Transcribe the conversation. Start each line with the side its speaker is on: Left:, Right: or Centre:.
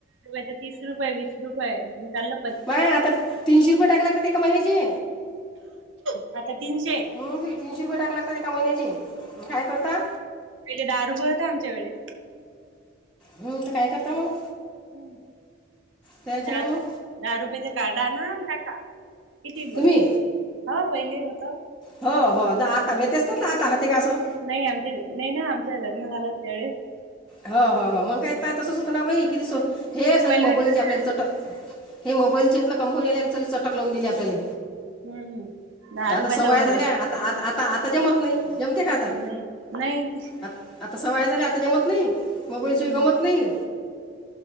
Right: तर तीस रुपये वीस रुपये म चाल
Centre: माय आता तीनशे रुपये टाक लागतात एका महिन्याची
Right: आता तीनशे
Centre: तुरी तीनशे रुपये टाक लागात एका महिन्याची काय करता
Right: पहिले दारूभळ होतं आमच्या वेस
Centre: हम्म तर काय करता मग
Right: हम्
Centre: त्याच्यानं
Right: दहा
Centre: मग
Right: रु दहा रुपयेच काढा ना टाका किती बोला
Centre: तुम्ही
Right: हा पहिले होत
Centre: हो हो द आता भेत असतात आता हते का असं
Right: नाही आमचे नाही ना आमचं लग्न झालं त्यावे
Centre: हो हो हो मग काय तसं सुक ना बाई किती स हे सरी
Right: भेटला
Centre: मोबाईल आपल्याला
Right: का?
Centre: चटक हे मोबाईल लं कंपनीरी चटक लावून दिली आपल्याला
Right: हम्म दहा
Centre: आता
Right: रुपयाचा
Centre: सवय
Right: मोबाईल
Centre: झाल्या आता आता आता आता जमत नाही जमते का आता
Right: नाही नाही.
Centre: आत- आता सवय झाल्या आता जमत नाही
Right: हम्म
Centre: मुंबईशिय गमत नाही.